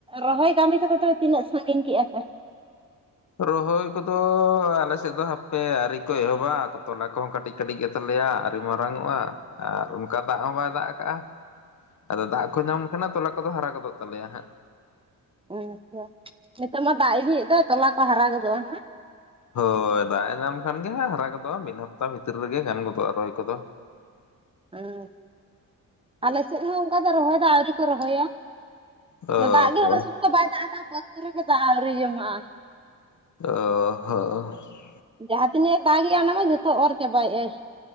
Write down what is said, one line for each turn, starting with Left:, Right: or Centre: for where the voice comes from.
Right: ᱨᱚᱦᱚᱭ ᱠᱟᱹᱢᱤ ᱠᱚᱫᱚ ᱛᱚᱵᱮ ᱛᱤᱱᱟᱹᱜ ᱥᱟᱺᱜᱤᱧ ᱠᱮᱜᱼᱟ ᱯᱮ?
Left: ᱨᱚᱦᱚᱭ ᱠᱚᱫᱚ ᱟᱞᱮᱥᱮᱫ ᱫᱚ ᱦᱟᱯᱮ ᱟᱹᱨᱤ ᱠᱚ ᱮᱦᱚᱵᱟ ᱛᱚᱞᱟ ᱠᱚᱦᱚᱸ ᱠᱟᱹᱴᱤᱡ ᱠᱟᱹᱴᱤᱡ ᱜᱮᱛᱟᱞᱮᱭᱟ ᱟᱨᱨᱤ ᱢᱟᱨᱟᱝ ᱚᱜᱼᱟ ᱟᱨ ᱚᱱᱠᱟ ᱫᱟᱜ ᱦᱚᱸ ᱵᱟᱭ ᱫᱟᱜ ᱟᱠᱟᱜᱼᱟ᱾ ᱟᱫᱚ ᱫᱟᱜ ᱠᱚ ᱧᱟᱢ ᱞᱮᱠᱷᱟᱱ ᱛᱚᱞᱟ ᱠᱚᱫᱚ ᱦᱟᱨᱟ ᱜᱚᱫᱚᱜ ᱛᱟᱞᱮᱭᱟ ᱦᱟᱸᱜ᱾
Right: ᱟᱪᱪᱷᱟ ᱱᱤᱛᱚᱜ ᱢᱟ ᱫᱟᱜ ᱤᱫᱤᱭᱮᱫ ᱫᱚ ᱛᱚᱞᱟ ᱠᱚ ᱦᱟᱨᱟ ᱜᱚᱫᱚᱜᱼᱟ ᱦᱟᱸᱜ᱾
Left: ᱦᱳᱭ ᱫᱟᱜ ᱮ ᱧᱟᱢ ᱠᱷᱟᱱ ᱜᱮ ᱦᱟᱸᱜ ᱦᱟᱨᱟ ᱜᱚᱫᱚᱜᱼᱟ ᱢᱤᱫ ᱦᱟᱯᱛᱟ ᱵᱷᱤᱛᱤᱨ ᱨᱮᱜᱮ ᱜᱟᱱ ᱜᱚᱫᱚᱜᱼᱟ ᱨᱚᱦᱚᱭ ᱠᱚᱫᱚ᱾
Right: <unintelligible> ᱟᱞᱮᱥᱮᱫ ᱦᱚᱸ ᱚᱱᱠᱟ ᱫᱚ ᱨᱚᱦᱚᱭ ᱫᱚ ᱟᱹᱣᱨᱤ ᱠᱚ ᱨᱚᱦᱚᱭᱟ
Left: ᱚ
Right: ᱫᱟᱜ
Left: ᱦᱚᱸ
Right: ᱜᱮ ᱵᱟᱭ ᱫᱟᱜ ᱮᱫᱟ ᱵᱟᱹᱫᱽ ᱠᱚᱨᱮ ᱜᱮ ᱫᱟᱜ ᱟᱹᱣᱨᱤ ᱡᱚᱢᱟᱜᱼᱟ᱾
Left: ᱚ ᱚᱦᱚᱻ
Right: ᱡᱟᱦᱟᱸ ᱛᱤᱱᱟᱹᱜ ᱮ ᱫᱟᱜᱮᱟᱭ ᱚᱱᱟᱢᱟ ᱡᱚᱛᱚ ᱚᱨ ᱪᱟᱵᱟᱭ ᱮᱜ ᱟᱭ᱾